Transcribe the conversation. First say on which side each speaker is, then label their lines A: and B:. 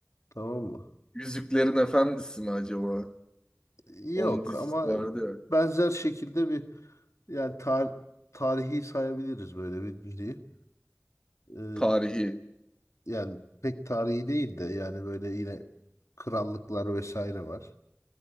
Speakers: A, on the left; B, on the left.
A: Tamam mı?
B: Yüzüklerin Efendisi mi acaba?
A: E, Yok
B: Onun dizisi
A: ama
B: vardı ya.
A: benzer şekilde bir yani tar tarihi sayabiliriz böyle bir diziyi. Ee,
B: Tarihi.
A: yani pek tarihi değil de yani böyle yine krallıklar vesaire var.